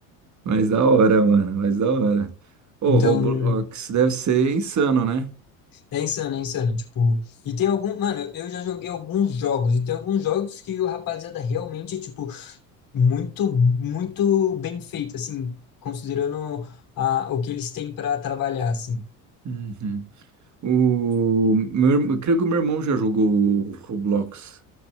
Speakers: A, on the right; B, on the left.
A: Mas da hora, mano. Mas da hora. O
B: Então,
A: Roblox deve ser insano, né?
B: é insano, é insano. Tipo, e tem algum. Mano, eu já joguei alguns jogos. E tem alguns jogos que o rapaziada realmente, tipo, muito, muito bem feito, assim, considerando a, o que eles têm para trabalhar, assim.
A: Uhum. O meu, irm- eu creio que o meu irmão já jogou o Roblox.